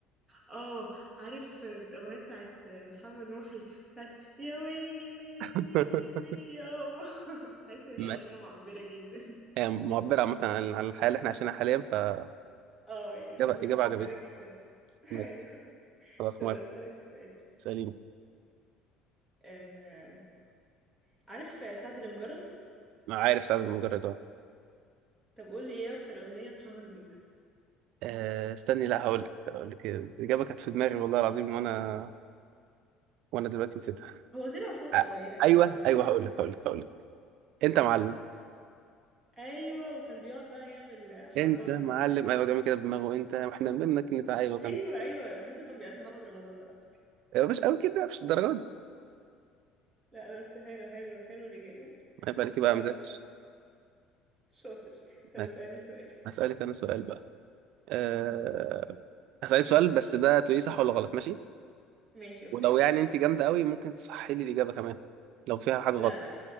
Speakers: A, in the centre; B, on the right (about 60°).
A: اه عارف الأغنية بتاعت محمد محي بتاعت يا ويلي ويلي ويلي
B: <laughs>
A: ويلي ويلي يابا <laughs> حاسة ان
B: ماشي
A: هي أغنية معبرة جدا
B: آه، معبره عامه عن عن الحياه اللي احنا عايشينها حاليا ف آه،
A: اه هي أغنية
B: اجابه اجابه
A: معبرة
B: عجبتني
A: جدا <laughs>
B: ماشي،
A: ايوه
B: خلاص
A: طب
B: موافق
A: أسألك سؤال
B: سليم
A: آه... عارف سعد المجرد
B: عارف سعد المجرد اهو
A: طب قول لي ايه اكتر أغنية اتشهر بيها
B: آه، استني لا هقول لك هقول لك إيه. الاجابه كانت في دماغي والله العظيم وانا وانا دلوقتي نسيتها
A: هو طلع فترة
B: آه،
A: قليلة قوي
B: ايوه
A: يعني ما طلعش
B: ايوه هقول لك هقول لك هقول لك انت معلم
A: ايوه وكان بيقعد بقى يعمل حركات
B: انت معلم
A: وبتاع
B: ايوه بيعمل كده بدماغه انت واحنا منك نتع ايوه كمل
A: ايوه ايوه تحسه كان بيقلد محمد رمضان ولا حاجة
B: ايوه مش قوي كده مش الدرجه دي
A: لا بس حلو حلو حلو الإجابة
B: ما بالك بقى
A: طب
B: مذاكر
A: شاطر طب
B: ماشي.
A: اسألني سؤال
B: هسألك انا سؤال بقى أه... هسألك سؤال بس ده تقولي صح ولا غلط ماشي
A: ماشي اوكي
B: ولو يعني انت جامده قوي ممكن تصحي لي الاجابه كمان لو فيها حاجه
A: لا
B: غلط
A: لا